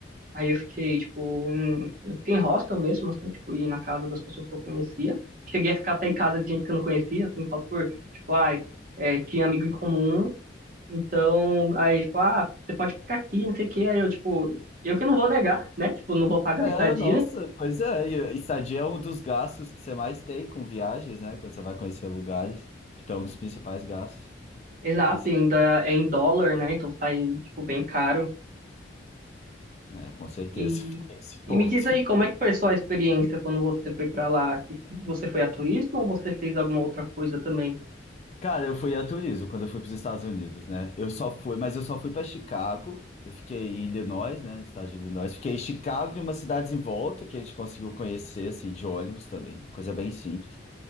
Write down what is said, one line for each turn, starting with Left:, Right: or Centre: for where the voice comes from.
Right: aí eu fiquei, tipo, em, eu fiquei em hostel mesmo, assim, tipo, ir na casa das pessoas que eu conhecia. Cheguei a ficar até em casa de gente que eu não conhecia, assim, só por, tipo, ai, é, tinha amigo em comum, Então, aí, tipo, ah, você pode ficar aqui, não sei o quê. Aí eu, tipo, eu que não vou negar, né? Tipo, não vou pagar
Left: é,
Right: a estadia.
Left: nossa, pois é. E, e estadia é um dos gastos que você mais tem com viagens, né? Quando você vai conhecer lugares. Tipo, é um dos principais gastos.
Right: Exato,
Left: Esse...
Right: e ainda é em dólar, né? Então sai, tipo, bem caro.
Left: É, com certeza,
Right: E,
Left: <laughs> tem esse ponto.
Right: e me diz aí, como é que foi a sua experiência quando você foi pra lá? Que, que- você foi a turismo ou você fez alguma outra coisa também?
Left: Cara, eu fui a turismo quando eu fui para os Estados Unidos, né? Eu só fui, mas eu só fui para Chicago. Eu fiquei em Illinois, né? Estado de Illinois. Fiquei em Chicago e umas cidades em volta que a gente conseguiu conhecer, assim, de ônibus também. Coisa bem simples.